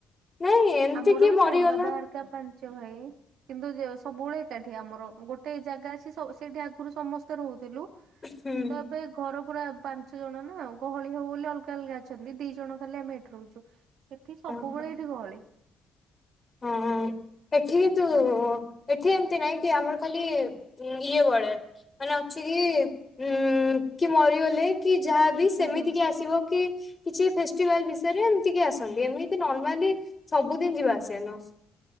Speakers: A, on the left (about 25°); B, on the right (about 80°).
A: ନାଇଁ ଏମିତି
B: ଆମର
A: କିଏ
B: ବି
A: ମରିଗଲା
B: ସେମ୍ ବାବା ହାରିକା ପାଞ୍ଚ ଭାଇ କିନ୍ତୁ ଯେ ସବୁବେଳେ କାଠି ଆମର ଗୋଟେ ଜାଗା ଅଛି ସବୁ ସେଇଠି ଆଗରୁ ସମସ୍ତେ ରହୁଥିଲୁ
A: ହୁଁ
B: ତ ଏବେ ଘର ପୁରା ପାଞ୍ଚ ଜଣ ନା ଗହଳି ହବ ବୋଲି ଅଲଗା ଅଲଗା ଅଛନ୍ତି ଦି ଜଣ ଖାଲି ଆମେ ଏଠି ରହୁଛୁ। ସେଠି ସବୁବେଳେ
A: ଓହୋ।
B: ଏଠି ଗହଳି।
A: ହଁ ହଁ ଏଠି କିନ୍ତୁ
B: ହୁଁ
A: ଏଠି ଏମିତି ନାଇଁ କି ଆମର ଖାଲି ଇଏ ବଳେ ମାନେ ଅଛି କି ଉଁ କି ମରିଗଲେ କି ଯାହାବି ସେମିତି
B: ହୁଁ
A: କି ଆସିବ କି କିଛି ଫେଷ୍ଟିଭାଲ୍ ବିଷୟରେ ଏମିତିକି ଆସନ୍ତି ଏମିତି ନର୍ମାଲି ସବୁଦିନ ଯିବା ଆସିବା ନୁହ।